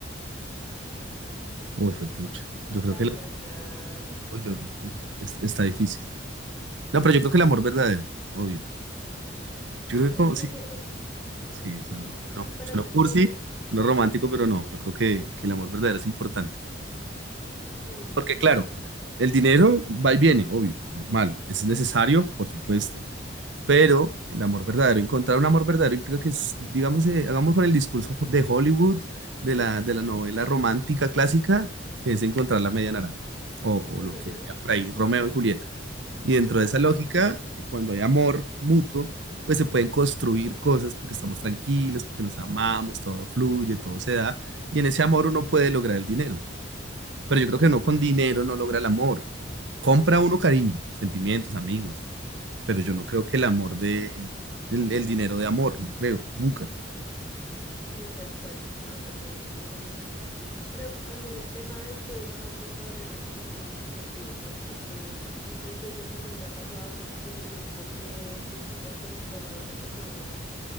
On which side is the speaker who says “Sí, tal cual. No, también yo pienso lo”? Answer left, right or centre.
Left